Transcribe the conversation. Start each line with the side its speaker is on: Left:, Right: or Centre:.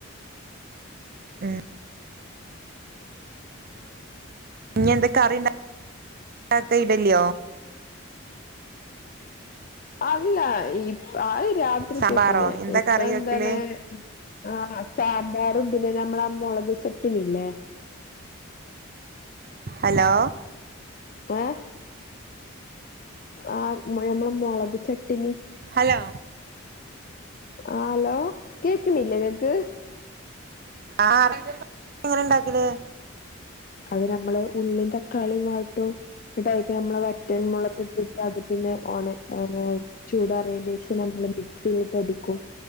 Right: ഉ ഇഞ്ഞി എന്ത കറിണ്ടാ ണ്ടാക്ക ഇട്ലിയോ
Left: അല്ല ഇ അയ് രാത്രിക്കൊക്കല്
Right: സാമ്പാറോ എന്താ
Left: ഇപ്പൊ
Right: കറി
Left: എന്താണ്
Right: വെക്കല്
Left: ആഹ് സാമ്പാറും പിന്നെ നമ്മളെ ആ മൊളക് ചട്ടിനില്ലേ
Right: ഹലോ
Left: ഏഹ് ആഹ് നമ്മളെ മൊളക് ചട്ട്ണി
Right: ഹലോ
Left: ആഹ് ഹലോ കേക്ണില്ലേ ഇങ്ങക്ക്
Right: ആഹ് എങ്ങനെ ഇണ്ടാക്കല്
Left: അത് നമ്മള് ഉള്ളി തക്കാളി വാട്ടും ഇന്നട്ട് അയ്ക് നമ്മളെ വറ്റൽ മൊളക്ട്ടിട്ട് അത് പിന്നെ ഒണ <unintelligible> ചൂടാറീന്റെ ശേഷം നമ്മള് മിക്സീല് ഇട്ട് അടിക്കും